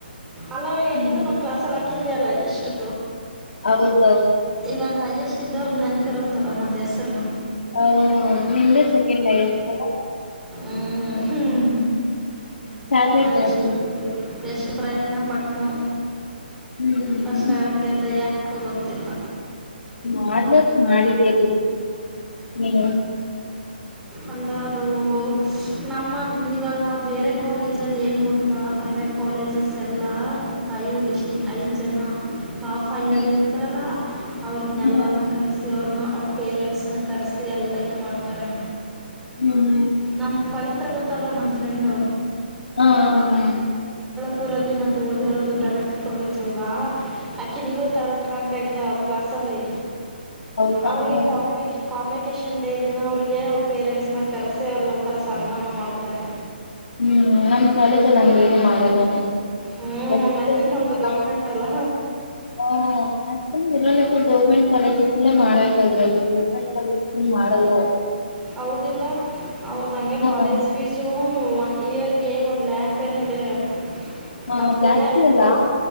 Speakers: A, in the centre; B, on the left.
A: ಅಲ್ಲವೇ ಹೆಂಗಿದ್ರ
B: ಹ್ಮ್
A: ನಮ್ ಕ್ಲಸ್ಲ್ಲ ಇಲ್ಲಿ ಎಲ್ಲ ಎಷ್ಟು
B: ಹೌದೌದು
A: ಇವಾಗಷ್ಟ ಅಷ್ಟ ಇದವ್ರದ ನೆನಪಿ ಇರುತ್ತಲ್ಲ ಮತ್ತೆ ಹೆಸರು
B: ಹ ನಿಿಂದ ಸೆಕೆಂಡ್ ಆಗಿತ್ತಲ್ಲ
A: ಆ ಹ್ಮ್
B: ಚಾಕ್ಲೇಟ್
A: ನಾನೆಷ್ಟು
B: ಹೋಗ್ತಿರ್ತೀವಿ
A: ಬೆಸ್ಟ್ ಪ್ರಯತ್ನ ಪಟ್ನು
B: ಹ್ಮ್
A: ಪಷ್ಟಟಕ್ಕೆಂತ ಯಾರ ಆ ಗೊತ್ತಿಲ್ಲ
B: ಮಾಡ್ಬೇಕತ್ ಮಾಡಿದ ಎ ನೀನು
A: ಅಲ್ಲದು ನಮ್ಮ ಇವಾಗ ಬೇರೆ ಕಾಲೇಜಲ್ಲಿ ಏನು ಗತ್ತಾ ಪ್ರೈವೇಟ್ ಕಾಲೇಜಸ್ ಎಲ್ಲ ಫೈವ್ ಡಿಸ್ಟಿಂ ಐದು ಜನ ಪಾವು ಫೈದ
B: ಹ್ಮ್
A: ಇರ್ತಾರಲ್ಲ ಅವ್ರ
B: ಹ್ಮ್
A: ಎಲ್ಲನ್ನ ಕರೆಸ ಸ ಅವ್ರನ್ನ ಅವ್ರ ಪೇರೆಂಟ್ಸ್ನ್ನ ಕರೆಸಿ ಎಲ್ಲ ಇದು ಮಾಡ್ತಾರೆ
B: ಹ್ಮ್್ಮ
A: ನಮ್ಮ ಪವಿತ್ರ ಗೊತ್ತಲ್ವ ನನ್ನ ಫ್ರೆಂಡು
B: ಹಾ ಹ ಹ
A: ಕೂರಲ್ಲಿ ಮತ್ತು ಓದಿರೋದು ಪ್ರೈವೇಟ್ ಕಾಲೇಜ್ ಅಲ್ವಾ ಆಕಿಂದು ತರ್ಡ್ ರಾಂಕ್ <unintelligible> ಅವ್ರ್ ಕ್ಲಾಸ್ ಅಲ್ಲಿ
B: ಹೌದಾ
A: ಅವರಿಗೆ
B: ಹ್ಮ್
A: ಕನ ವಿ ಕಮೆಟ್ ವೆಕೇಶನ್ ಡೇ ದಿನ ಅವ್ರಿಗೆ ಅವ್ರ ಪೇರೆಂಟ್ಸ್ನ್ನ ಕರ್ಸಿ ಅವ್ರಿಗ್ ಒಂಥರ ಸನ್ಮಾನ ಮಾಡ್ತಾರೆ.
B: ಹ್ಮ್ ನಮ್ ಕಾಲೇಜಲ್ಲ ಹಂಗ ಏನು ಮಾಡಲ್ಲಲ್ಲ
A: ಹ್ಞೂ
B: <unintelligible>
A: ನಕ್ ನಮ್ಮದು ಗೌರ್ಮೆಂಟ್ ಅಲ್ಲ
B: ಗೌರ್ಮೆಂಟ್ ಕಾಲೇಜ್ ಇಲ್ಲೇ ಮಾಡ್ಬೇಕಾಗಿರೋದು ಗೋರ್ಮೆಂಟಲ್ಲಿ ಮಾಡಲ್ಲ ಅವ್ರು
A: ಹೌದಿಲ್ಲ ಅವ್ರ್ದಂಗೆ ಕಾಲೇಜ್
B: ಹ್ಮ್
A: ಫೀಸು ಒನ್ ಇಯರ್ಗೆ ಒಂದ್ ಲ್ಯಾಕ್ <unintelligible>
B: ಹಾ
A: ಮತ್ತೆ
B: ಜಾಸ್ತಿ ಅಲ್ಲ
A: ಅವ್ರ